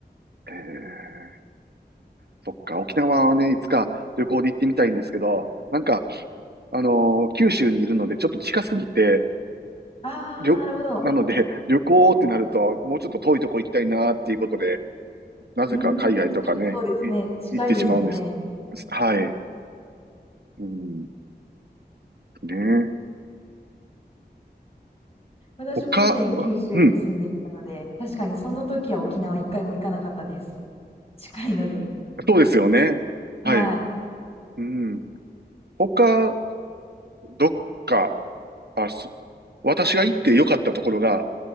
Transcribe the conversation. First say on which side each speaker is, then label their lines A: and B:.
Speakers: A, on the right; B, on the left.
A: えー、そっか、沖縄はね、いつか旅行で行ってみたいんですけど、なんか、あの九州にいるので、ちょっと近すぎて、
B: ああ、
A: りょ、
B: なるほど。
A: なので、<laughs> 旅行ってなると、もうちょっと遠いとこ行きたいなっていうことで、なぜか海外とかね、
B: うん、確かにそうですね。
A: い、
B: 近いですもんね。
A: 行ってしまうんです。はい。うん、ね。
B: 私も以前九州に住んでいたので、
A: 他、うん、
B: 確かにその時は沖縄一回も行かなかったです。近いので。
A: そうですよね。
B: はい。
A: はい。うん。他、どっか、あ、そ私が行って良かったところが、